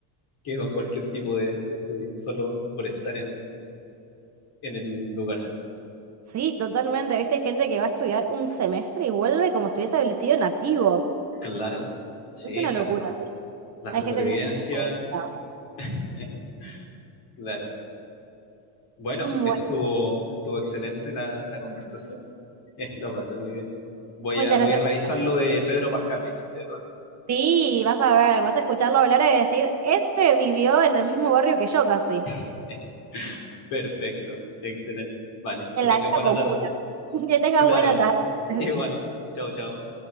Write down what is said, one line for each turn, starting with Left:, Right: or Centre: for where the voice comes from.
Left: que con cualquier tipo de, de estudio, solo por estar en, en el lugar.
Right: Sí, totalmente. Viste gente que va a estudiar un semestre y vuelve como si hubiese sido nativo.
Left: Claro, sí,
Right: Es una
Left: la,
Right: locura, ¿sí?
Left: la
Right: Hay
Left: supervivencia,
Right: gente que tiene... <laughs>
Left: eh, claro. Bueno,
Right: Bueno,
Left: estuvo, estuvo excelente la, la conversación. <laughs> lo pasé muy bien. Voy
Right: muchas
Left: a, voy
Right: gracias.
Left: a revisar
Right: por- llamar.
Left: lo de Pedro Pascal, me dijiste, ¿verdad?
Right: Sí, vas a ver, vas a escucharlo hablar y decir, este vivió en el mismo barrio que yo casi,
Left: <laughs> Perfecto, excelente. Vale,
Right: en
Left: que tengas
Right: la misma
Left: buena
Right: comuna.
Left: tarde.
Right: <laughs> Que tengas
Left: Claro,
Right: buena tarde.
Left: igual. Chao, chao.